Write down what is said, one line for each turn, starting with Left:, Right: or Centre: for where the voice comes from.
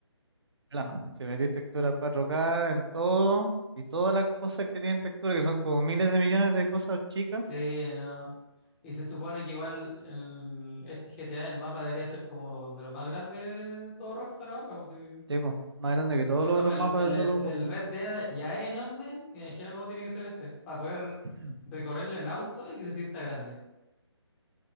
Right: plano. Si metís textura 4K en todo y todas las cosas que tienen textura, que son como miles de millones de cosas chicas,
Centre: Sí, no. Y se supone que igual el- este GTA, el mapa debería ser como de lo más grande de todo Rockstar ahora. po, sí.
Right: sí, po, más grande que todos
Centre: El
Right: los
Centre: mapa
Right: otros
Centre: el-
Right: mapas
Centre: el-
Right: de todos
Centre: el-
Right: los
Centre: del
Right: otros juegos.
Centre: Red Dead ya es enorme. Imagina cómo tiene que ser este, para poder
Right: <clears throat>
Centre: recorrerlo en auto y que se sienta grande.